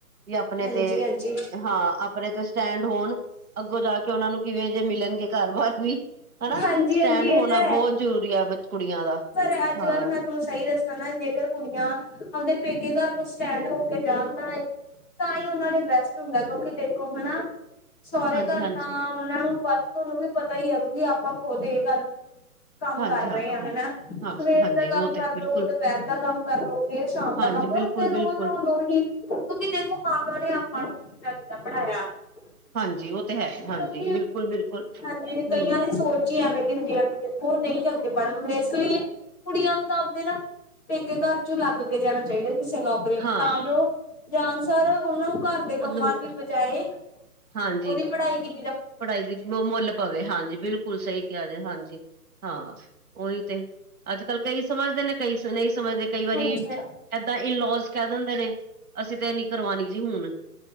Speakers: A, on the right; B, on the left.
A: ਵੀ ਆਪਣੇ
B: ਹਾਂਜੀ
A: ਤੇ
B: ਹਾਂਜੀ
A: ਹਾਂ ਆਪ ਆਪਣੇ ਤੇ ਸਟੈਂਡ ਹੋਣ, ਅੱਗੋਂ ਜਾ ਕੇ ਉਹਨਾਂ ਨੂੰ ਕਿਵੇਂ ਜੇ ਮਿਲਣਗੇ ਘਰ ਬਾਰ ਵੀ, ਹੈਨਾ
B: ਹਾਂਜੀ
A: ਸਟੈਂਡ
B: ਹਾਂਜੀ ਇਹ
A: ਹੋਣਾ
B: ਤਾਂ ਹੈ
A: ਬਹੁਤ ਜ਼ਰੂਰੀ ਆ ਬਚ ਕੁੜੀਆਂ ਦਾ
B: ਪਰ ਅੱਜ
A: ਹਾਂ
B: ਕੱਲ੍ਹ ਮੈਂ ਤੁ ਸਹੀ ਰਸਤਾ ਨਾ, ਜੇਕਰ ਕੁੜੀਆਂ ਆਪਦੇ ਪੇਕੇ ਘਰ ਤੋਂ ਸਟੈਂਡ ਹੋ ਕੇ ਜਾਣ ਨਾ ਤਾਂ ਹੀ ਉਹਨਾਂ ਲਈ ਬੈਸਟ ਹੁੰਦਾ, ਕਿਉਂਕਿ ਦੇਖੋ ਹਨਾ ਸਹੁਰੇ
A: ਹਾਂਜੀ
B: ਘਰ
A: ਹਾਂਜੀ
B: ਤਾਂ ਉਹਨਾਂ ਨੂੰ ਬਸ ਤੁਹਾਨੂੰ ਵੀ ਪਤਾ ਹੀ ਆ, ਕਿਉਂਕਿ ਆਪਾਂ ਖੁਦ ਇਹ ਗੱਲ ਕੰਮ
A: ਹਾਂਜੀ
B: ਕਰ
A: ਹਾਂ
B: ਰਹੇ ਆ ਹਨਾ ਸਵੇਰ
A: ਹਾਂ ਹਾਂਜੀ
B: ਦਾ
A: ਉਹ
B: ਕੰਮ
A: ਤੇ
B: ਕਰਲੋ,
A: ਹੈ ਬਿਲਕੁਲ
B: ਦੁਪਹਿਰ ਦਾ ਕੰਮ ਕਰ ਲੋ, ਫੇਰ ਸ਼ਾਮ ਦਾ
A: ਹਾਂਜੀ
B: ਕੰਮ ਕਰ
A: ਬਿਲਕੁਲ
B: ਫਿਰ ਰੋਜ਼
A: ਬਿਲਕੁਲ
B: ਰੋਜ਼ ਔ ਹੀ ਕਿਉਂਕਿ ਦੇਖੋ ਮਾਂ ਪਿਓ ਨੇ ਆਪਾਂ ਨੂੰ ਵੀ ਕੀਦਾਂ ਕੀਦਾਂ ਪੜ੍ਹਾਇਆ ਕਿਉਂਕਿ
A: ਹਾਂਜੀ ਉਹ ਤੇ ਹੈ ਹਾਂਜੀ ਬਿਲਕੁਲ ਬਿਲਕੁਲ
B: ਹਾਂਜੀ, ਕਈਆਂ
A: ਹਮ
B: ਦੀ ਸੋਚ ਐਵੇਂ ਦ ਹੁੰਦੀ ਆ। ਉਹ ਨਹੀਂ ਆਉਂਦੇ। ਬਣਾਉਣ, ਇਸ ਲਈ ਕੁੜੀਆਂ ਨੂੰ ਤਾਂ ਆਪਦੇ ਨਾ, ਪੇਕੇ ਘਰ ਚ ਲੱਗ ਕੇ ਜਾਣਾ ਚਾਹੀਦਾ, ਕਿਸੇ ਨੋਕਰੀ
A: ਹਾਂ
B: ਤਾਂ ਜੋ ਜਾਨ ਸਾਰ ਓਨੂੰ ਘਰ ਦੇ ਕੰਮਾਂ
A: ਉਹਨੂੰ ਵੀ
B: ਦੀ ਬਜਾਏ,
A: ਹਾਂਜੀ
B: ਉਹਦੀ ਪੜ੍ਹਾਈ ਦੀ
A: ਪੜ੍ਹਾਈ ਦੀ ਮੁੱਲ ਪਵੇ। ਹਾਂਜੀ, ਬਿਲਕੁਲ ਸਹੀ ਕਿਹਾ ਜੇ। ਹਾਂਜੀ। ਹਾਂ, ਉਹੀ ਤੇ ਅੱਜ-ਕੱਲ ਕਈ ਸਮਝਦੇ ਨੇ, ਕਈ ਨਹੀਂ ਸਮਝਦੇ, ਕਈ ਵਾਰੀ
B: ਹਾਂਜੀ
A: ਏਦਾਂ ਇਨਲੋਜ ਕਹਿ ਦਿੰਦੇ ਨੇ, ਅਸੀਂ ਤੇ ਨਈ ਕਰਵਾਣੀ ਜੀ ਹੁਣ।